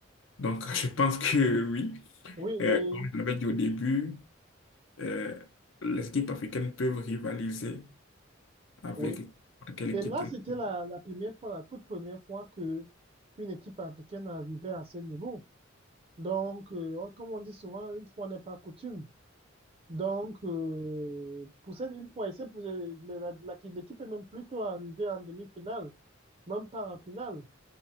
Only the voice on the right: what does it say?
Oui, et,
oui.
Et là,
c'était
la, la première fois, la toute première fois que une équipe africaine arrivait à ce niveau. Donc, euh, comme on dit souvent, une fois n'est pas coutume. Donc, euh, pour cette une fois, et c'est pour euh, la- la- la- l'équipe est même plutôt arrivée en demi-finale, même pas en finale.